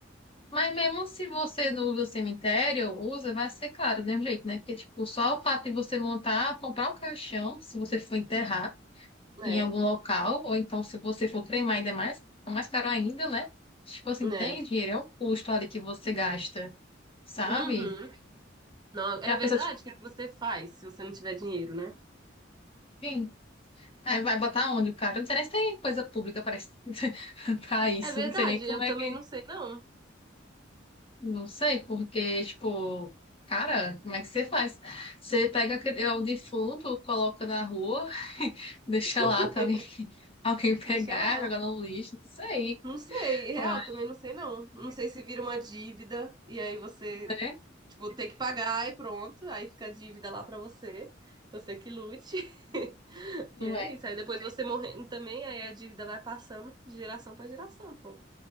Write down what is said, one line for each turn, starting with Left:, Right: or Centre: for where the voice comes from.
Left: Mas mesmo se você não usa o cemitério, usa, vai ser claro, do mesmo jeito, né? Porque, tipo, só o fato de você montar, comprar um caixão, se você for enterrar.
Right: É,
Left: em algum local, ou então se você for treinar ainda mais, é mais caro ainda, né? Tipo assim,
Right: é.
Left: tem dinheiro, é um custo ali que você gasta, sabe?
Right: Uhum. Não, é
Left: E a
Right: verdade?
Left: pessoa, tipo,
Right: O que que você faz se você não tiver dinheiro, né?
Left: enfim, aí vai botar onde, cara? Eu Não sei nem se tem coisa pública para isso, <laughs> pra isso,
Right: É verdade,
Left: não sei nem como
Right: eu
Left: é
Right: também
Left: que,
Right: não sei, não.
Left: não sei, porque, tipo, cara, como é que você faz? Você pega aquele- é, o defunto, coloca na rua, <laughs> deixa lá
Right: <laughs>
Left: pra alguém, <laughs> alguém pegar,
Right: Deixa lá.
Left: jogar no lixo, não sei,
Right: Não sei, real,
Left: mas,
Right: também não sei não. Não sei se vira uma dívida e aí você,
Left: né?
Right: tipo, tem que pagar e pronto, aí fica a dívida lá pra você. Você que lute. <laughs>
Left: Não
Right: E é
Left: é.
Right: isso. Aí depois você morrendo também, aí a dívida vai passando de geração pra geração, pô.